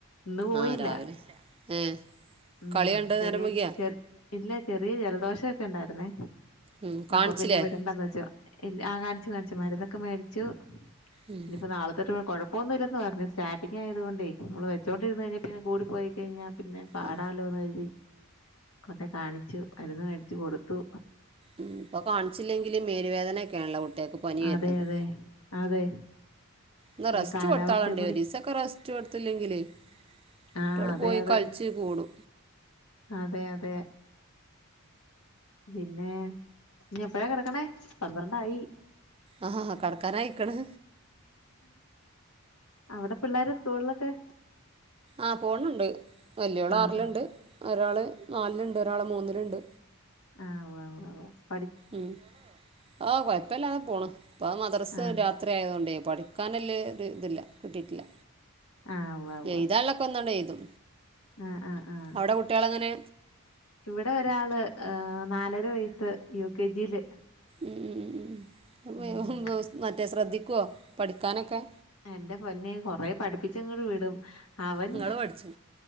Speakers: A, on the left (about 75°); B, on the right (about 25°).
A: ഇന്ന് പോയില്ല
B: ആ് രാവിലെ ഏഹ്
A: ഉം
B: കളി കണ്ട
A: ചെറിയ
B: നേരം വയ്ക്യോ
A: ചെറി ഇല്ല ചെറിയ ജലദോഷക്കെ ഉണ്ടായിരുന്നേ
B: ഉം കാണിച്ചില്ലേ
A: അപ്പൊ പിന്നെ വിടണ്ടന്ന് വെച്ചു ല്ല ആ കാണിച്ചു കാണിച്ചു മരുന്നൊക്കെ മേടിച്ചു
B: ഉം
A: ഇനിയിപ്പോ നാളെത്തൊട്ട കുഴപ്പൊന്നുമില്ലെന്ന് പറഞ്ഞു സ്റ്റാറ്റിങ് ആയത് കൊണ്ടേ നമ്മള് വെചോണ്ടിരുന്നു കഴിഞ്ഞാൽ പിന്നെ കൂടി പോയി കഴിഞ്ഞാൽ പിന്നെ പാടാലോന്ന്
B: ആ
A: കരുതി കൊണ്ട കാണിച്ചു അരുന്ന് മേടിച്ചു കൊടുത്തു
B: ഉ ഇപ്പൊ കാണിച്ചില്ലെങ്കിലും മേലുവേദനയൊക്കെയാണല്ലോ കുട്ടികാക്ക് പനി വരുന്നത്
A: അതെ അതെ അതെ
B: ന്ന് റെസ്റ്റ്
A: ഈ കാലാവസ്ഥയും
B: കൊടുത്താളണ്ടേ
A: കൂടി
B: ഒരീസക്കോ ഒക്കെ റസ്റ്റ് കൊടുത്തില്ലെങ്കിലെ കുട്ടള്
A: ആഹ് അതെ
B: പോയി
A: അതെ
B: കളിച്ച ച്ച് കൂടു
A: അതെ അതെ പിന്നെ ഇനി എപ്പഴാ കിടക്കണേ പന്ത്രണ്ടായി
B: ആഹാ ആ കടക്കാനയിക്കണ്
A: അവിടെ പിള്ളര് സ്കൂളിലൊക്കെ
B: ആ പോണുണ്ട് വല്യോള്
A: ആഹ്
B: ആറിലുണ്ട്
A: ആഹ്
B: ഒരാള് നാലിലുണ്ട് ഒരാള് മൂന്നിലുണ്ട്
A: ആ വ്വ് വ്വ് വ്വാ
B: ഉം ആഹ കൊഴപ്പില്ലാതെ പോണ് ഇപ്പ മദ്രസ്
A: ആഹ്
B: രാത് അത്ര ആയതുകൊണ്ടേ പഠിക്കാനൻല്ലേ ഇതില്ല കിട്ടിയിട്ടില്ല
A: ആഹ് ഉവ്വ ഉവ്വ
B: ചെയ്താുള്ളൊക്കെ എന്താണ്ട് ചെയ്തു
A: ആഹ് ആഹ് ആഹ്
B: അവിടെ കുട്ടികള അങ്ങനെ
A: ഇവിടെ ഒരാള് നാലര വയസ്സ് യു കെ ജിയില്
B: ഉം ഉ
A: ഉം
B: ഉ ഉ മറ്റേ ശ്രദ്ധിക്കുവോ പഠിക്കാനൊക്കെ
A: എന്റെ പൊന്നെ കൊറെ പഠിപ്പിച്ചങ്ങോട് വിീടും അവൻ
B: ഇങ്ങള് പഠിച്ചു